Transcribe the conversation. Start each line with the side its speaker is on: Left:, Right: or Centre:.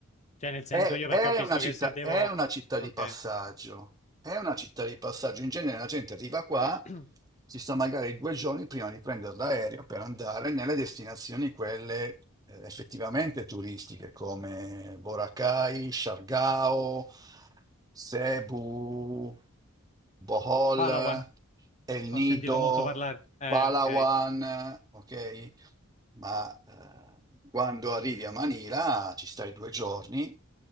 Left: Cioè, nel senso
Right: È,
Left: io
Right: è
Left: perché ho visto
Right: una città,
Left: che se devo...
Right: è una città
Left: Ok.
Right: di passaggio, è una città di passaggio, in genere la gente arriva qua,
Left: <clears throat>
Right: si sta magari due giorni prima di prendere l'aereo per andare nelle destinazioni quelle eh, effettivamente turistiche come Boracay, Siargao, Cebu. Bohol,
Left: Palawan,
Right: El Nido,
Left: ho sentito molto parlare. Eh,
Right: Palawan,
Left: ok.
Right: ok? Ma eh, quando arrivi a Manila ci stai due giorni,